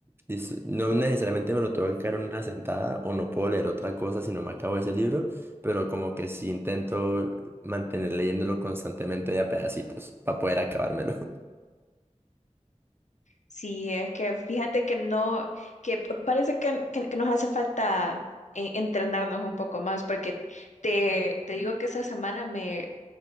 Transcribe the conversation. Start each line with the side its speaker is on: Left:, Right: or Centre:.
Right: dice, no necesariamente me lo tengo que caer en una sentada o no puedo leer otra cosa si no me acabo ese libro, pero como que sí intento mantener leyéndolo constantemente de a pedacitos para poder acabármelo.
Left: Sí, es que fíjate que no, que p- parece que, que- que nos hace falta eh, entrenarnos un poco más, porque te, te digo que esa semana me,